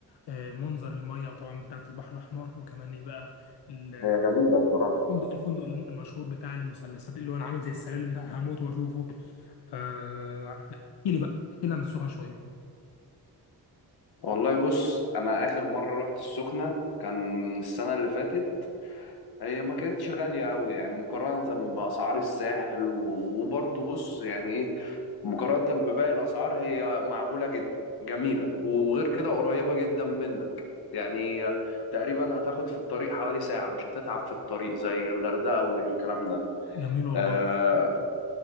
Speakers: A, on the left; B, on the left.
A: آه، منظر الميه وطبعا بتاعه البحر الاحمر وكمان ايه بقى ال-
B: هي جميلة بصراحة
A: الفندق الفندق المشهور بتاع المثلثات اللي هو أنا عامل زي السلالم ده هموت واشوفه ف احكي لي بقى احكي لي عن السخنه شويه
B: والله بص انا اخر مرة رحت السخنة كان السنة اللي فاتت هي ما كانتش غالية أوي يعني مقارنة بأسعار الساحل و- وبرضه بص يعني إيه مقارنة بباقي الأسعار هي معقولة جدا جميلة وغير كده قريبة جدا منك يعني تقريبا هتاخد في الطريق حوالي ساعة مش هتتعب في الطريق زي الغردقة والكلام ده
A: جميل والله
B: آه